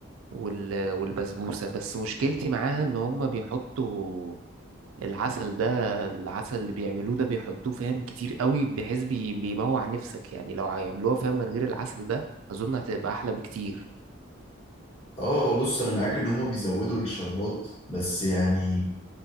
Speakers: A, on the right; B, on the left.
A: وال... والبسبوسة بس مشكلتي معاها ان هما بيحطوا العسل ده العسل اللي بيعملوه ده بيحطوه فاهم كتير قوي بحيث بي... بيموع نفسك يعني لو هيعملوها فاهم من غير العسل ده اظن هتبقى احلى بكتير
B: اه بص انا معاك ان هما بيزودوا الشربات بس يعني